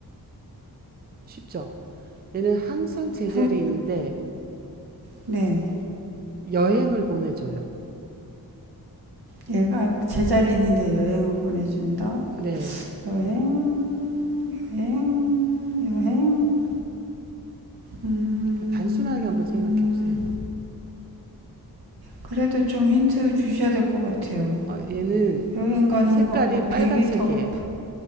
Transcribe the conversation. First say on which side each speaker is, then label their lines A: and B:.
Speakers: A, on the right; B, on the right.
A: 쉽죠? 얘는 항상 제자리에
B: 부,
A: 있는데
B: 네.
A: 여행을 보내줘요.
B: 얘가 제자리 있는데 여행을 보내준다.
A: 네.
B: 여행, 여행, 여행. 음,
A: 그러니까 단순하게 한번 생각해 보세요.
B: 그래도 좀 힌트 주셔야 될 것 같아요.
A: 어, 얘는
B: 여행 가는
A: 색깔이
B: 건 뭐
A: 빨간색이에요.
B: 비행기 타고.